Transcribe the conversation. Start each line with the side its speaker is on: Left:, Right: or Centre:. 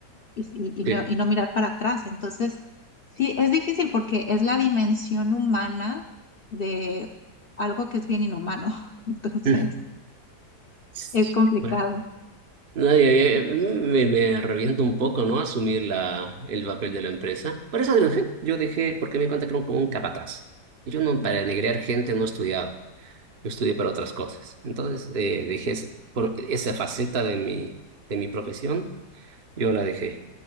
Left: y, si- y
Right: Sí.
Left: no, y no mirar para atrás. Entonces, sí, es difícil porque es la dimensión humana de algo que es bien inhumano. <laughs> Entonces,
Right: Mm. Sí,
Left: es complicado.
Right: bueno. No, ya- ya, me, me reviento un poco, ¿no? Asumir la, el papel de la empresa. Por eso lo dejé. Yo dejé porque me di cuenta que era un- como un capataz. Y Yo no,
Left: Mm.
Right: para negrear gente no estudiaba. Yo estudié para otras cosas. Entonces, eh, dejé es- por esa faceta de mi, de mi profesión Yo la dejé.